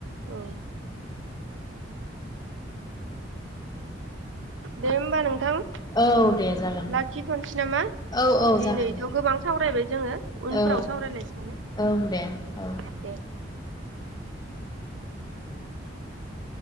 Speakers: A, on the right; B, on the left.
A: औ दे होमबा नोंथां ।
B: औ दे जागोन दे
A: लाखिथ'सै नामा
B: औ औ
A: दिनैथ'
B: जागोन दे
A: गोबां सावरायबाय जोङो उनफोराव
B: औ
A: सावरायलायसै ने ।
B: ओं
A: औ
B: दे औ
A: दे